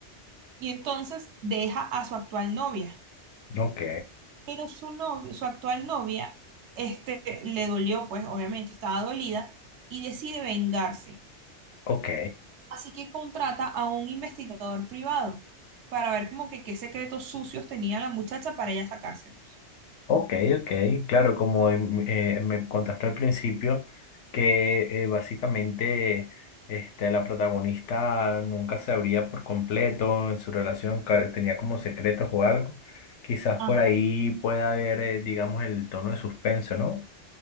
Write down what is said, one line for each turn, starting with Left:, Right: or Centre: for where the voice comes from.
Right: Y entonces deja a su actual novia.
Left: ok,
Right: Pero su novia, su actual novia, este, le dolió, pues, obviamente, estaba dolida y decide vengarse.
Left: ok.
Right: Así que contrata a un investigador privado para ver como que qué secretos sucios tenía la muchacha para ella sacárselos.
Left: Ok, ok, claro, como em- eh, me contaste al principio, que eh, básicamente este, la protagonista nunca se abría por completo en su relación, ca- tenía como secretos o algo, quizás
Right: Ajá.
Left: por ahí pueda haber, eh, digamos, el tono de suspenso, ¿no?